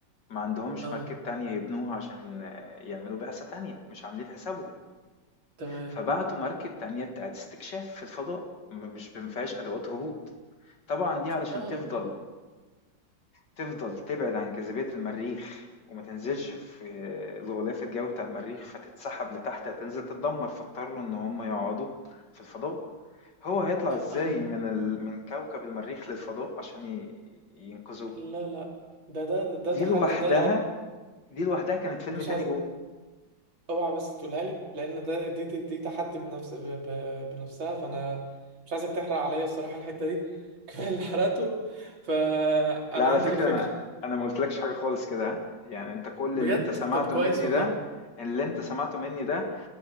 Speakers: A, on the left (about 65°); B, on the right (about 85°).
A: ما عندهمش
B: اه
A: مركب تانية يبنوها عشان آه، يعملوا بعثة تانية، مش عاملين حسابهم،
B: تمام
A: فبعتوا مركب تانية بتاعة استكشاف في الفضاء، م مش ما فيهاش أدوات هبوط، طبعًا دي علشان
B: اه
A: تفضل تفضل تبعد عن جاذبية المريخ وما تنزلش في الغلاف الجوي بتاع المريخ فتتسحب لتحت هتنزل تتدمر فاضطروا ان هم يقعدوا في الفضاء هو هيطلع ازاي
B: اه
A: من ال... من كوكب المريخ للفضاء عشان ي... ينقذوه
B: لا لا ده ده ده
A: دي
B: تحدي
A: لوحدها
B: ده
A: دي لوحدها كانت فيلم
B: مش
A: تاني
B: عايز
A: جوه
B: اوعى بس تقولها لي لان ده دي دي تحدي بنفس ب- ب- بنفسها فانا مش عايزك تحرق عليا الصراحه الحته دي <laughs> كفايه اللي حرقته فانا
A: لا على
B: عندي
A: فكرة
B: ليك فكره
A: انا انا ما قلتلكش حاجة خالص كده ها؟ يعني انت كل
B: بجد
A: اللي انت سمعته
B: طب كويس
A: مني
B: والله
A: ده اللي انت سمعته مني ده